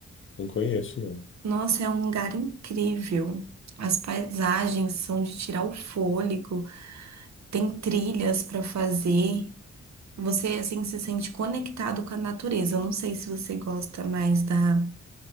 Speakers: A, on the left; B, on the right.
A: não conheço, não.
B: Nossa, é um lugar incrível. As paisagens são de tirar o fôlego, tem trilhas para fazer. Você assim se sente conectado com a natureza. Eu não sei se você gosta mais da,